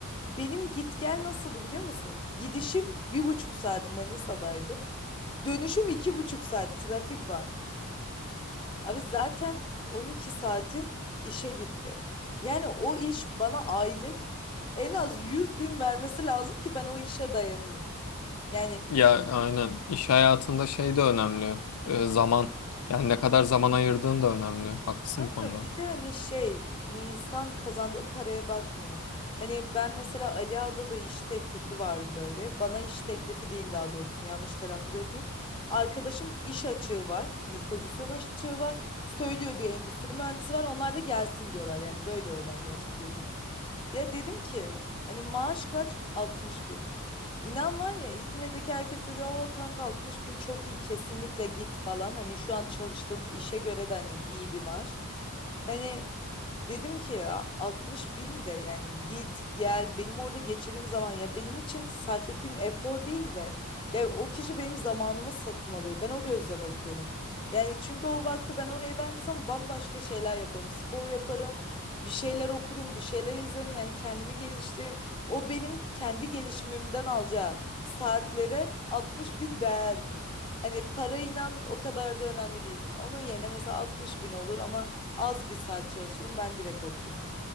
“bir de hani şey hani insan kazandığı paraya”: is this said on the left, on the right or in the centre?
Left